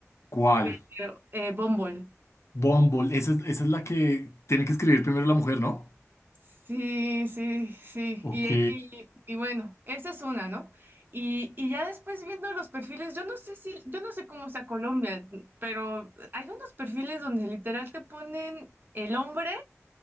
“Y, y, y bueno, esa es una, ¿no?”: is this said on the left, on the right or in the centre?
Right